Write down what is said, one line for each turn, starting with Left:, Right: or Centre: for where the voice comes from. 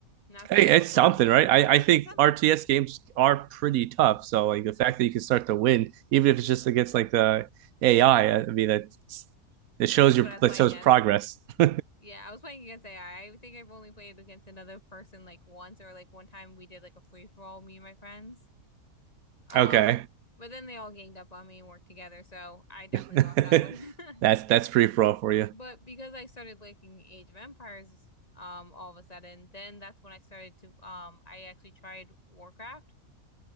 Left: Not saying
Right: Hey,
Left: I'm
Right: it's
Left: a pro.
Right: something, right? I, I think
Left: It's something.
Right: RTS games are pretty tough. So like the fact that you can start to win, even if it's just against like the AI, I I mean that it shows
Left: That's
Right: your
Left: what I was
Right: that
Left: playing
Right: shows
Left: as.
Right: progress. <laughs>
Left: Yeah, I was playing against AI. I I think I've only played against another person like once or like one time we did like a free for all, me and my friends. Um,
Right: Okay.
Left: but then they all ganged up on me and worked together, so I definitely
Right: <laughs>
Left: lost that one. <laughs>
Right: That's that's pretty pro for you.
Left: But because I started liking Age of Empires, um, all of a sudden, then that's when I started to um I actually tried Warcraft.